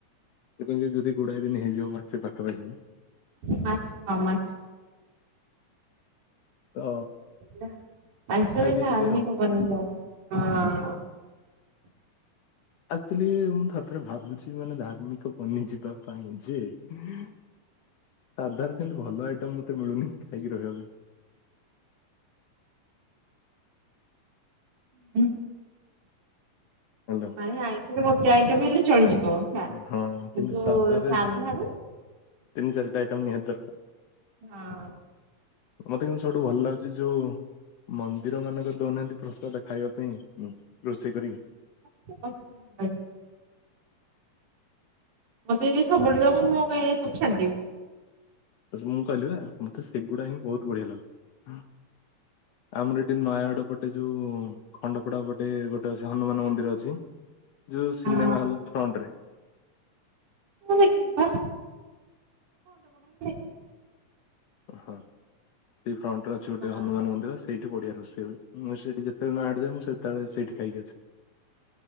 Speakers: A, on the left (about 65°); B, on the right (about 80°).
A: ଏବେ ଗେଁ ଯଦି ଗୁଡାଏ ଦିନ ହେଇଯିବ ମାସେ ପାଖାପାଖି।
B: ମାଛ ହ ମାଛ
A: ତ
B: ଲା ଆଞ୍ଚଲେ
A: ଖାଇଦିଏ
B: ଖା
A: ଟିକେ
B: ଆମିପ
A: ଆଉ
B: ବନୁଚି କ ହଁ।
A: ଆକ୍ଚୁଲି ମୁଁ ଥରେଥରେ ଭାବୁଛି ମାନେ ଧାର୍ମିକ ପନି ଯିବା ପାଇଁ ଯେ। ସାଧାର କି ସେମତି ଭଲ ଆଇଟମ ମତେ ମିଳୁନି ଖାଇକି ରହିବା ପାଇଁ।
B: ହୁଁ।
A: ହ୍ୟାଲୋ।
B: ଆରେ ଆଇଁଷ ଗୋଟେ ଆଇଟମ ହେଲେ ଚଳିଯିବ ହେଲା କିନ୍ତୁ
A: ହଁ ସାଧାରେ
B: ସାଧା ରେ
A: ତିନି ଚାରି ଟା ଆଇଟମ୍ ନିହାତି ଦରକାର।
B: ହଁ।
A: ମତେ କିନ୍ତୁ ସବୁଠୁ ଭଲ ଲାଗୁଛି ଯୋଉ ମନ୍ଦିର ମାନଙ୍କ ଦଉନାହାନ୍ତି ପ୍ରସାଦ ଖାଇବା ପାଇଁଁ ଉଁ ରୋଷେଇ କରିକି।
B: <inaudible> ମତେ ଯଦି ସବୁବେଳେ ଦବ ମୁଁ କଇ ଏ ସବୁ ଛାଡିଦେବି।
A: ମୁଁ କହିଲି ବା ମତେ ସେଗୁଡା ହିଁ ବହୁତ ବଢିଆ ଲାଗୁଚି ଆମର ଏଠି ନୟାଗଡ ପଟେ ଯୋଉ ଖଣ୍ଡପଡା ପଟେ ଗୋଟେ ଅଛି ହନୁମାନ ମନ୍ଦିର ଅଛି ଯୋଉ ସିନେମା
B: ହଁ
A: ହଲ ଫ୍ରଣ୍ଟ ରେ।
B: ମୁଁ ଦେଖିନି ପା <unintelligible>
A: ଓହୋ। ସେଇ ଫ୍ରଣ୍ଟ ରେ ଅଛି ଗୋଟେ
B: ହଁ
A: ହନୁମାନ ମନ୍ଦିର ସେଇଠି ବଢିଆ ରୋଷେଇ ହୁଏ। ମୁଁ ସେଇଠି ଯେତେବେଳେ ମାଡି ଯାଏଁ ମୁଁ ସେତେବେଳେ ସେଇଠି ଖାଇକି ଆସେ।